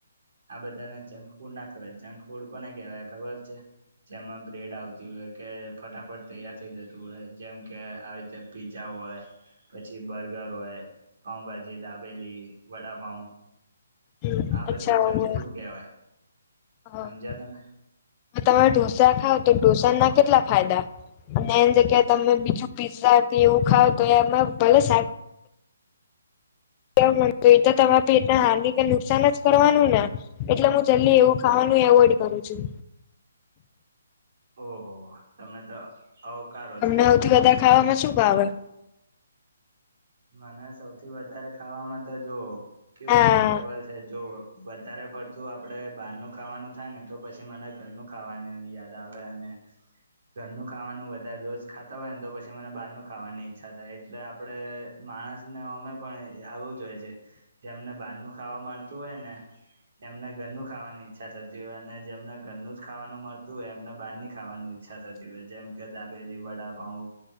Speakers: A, on the right; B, on the left.
A: આ બધાને ફૂડ ના કહેવાય જંક ફૂડ કોને કહેવાય ખબર છે જેમાં બ્રેડ આવતી હોય કે ફટાફટ તૈયાર થઈ જતું હોય જેમ કે આવી રીતે પીઝા હોય પછી બર્ગર હોય પાઉભાજી દાબેલી વડાપઉ
B: હમ
A: આ
B: અચ્છા
A: બધું જંક
B: હોય.
A: ફૂડ કહેવાય
B: હા
A: સમજ્યા તમે
B: તમે ઢોસા ખાવ તો ઢોસા ના કેટલા ફાયદા અને એની જગ્યા તમે બીજું પીઝા હતી એવું ખાવ તો એમાં ભલે શ કેવ મ એ તો તમારા પેટને હાર્નીિક નુકસાન જ કરવાનું ને એટલે હું જલ્દી એવું ખાવાનું અવોઈડ કરું છું
A: ઓહ તમે તો અવકારો
B: તમને
A: છે એમ
B: સૌથી વધારે ખામાં શું ભાવે
A: મને સૌથી વધારે ખાવામાં તો જો કેવું
B: હા
A: છેને ખબર છે જો વધારે પડ તું આપડે બહારનુંું ખાવાનું થાય ને તો પછી મને ઘરનું ખાવાનું યાદ આવે અને ઘરનું ખાવાનું વધારે રોજ ખાતા હોય ને તો પછી મને બહારનું ખાવાની ઈચ્છા થાય એટલે આપડ માણસ ને અમે પણ આવું જ હોય છે જેમને બહારનું ખાવા મળતું હોય ને એમને ઘરનું ખાવાની ઈચ્છા થતી હોય અને જેમને ઘરનું જ ખાવાનું મળતું હોય એમને બહારની ખાવાનું ઈચ્છા થતી હોય જેમ કે દાબેલી વડા પાઉ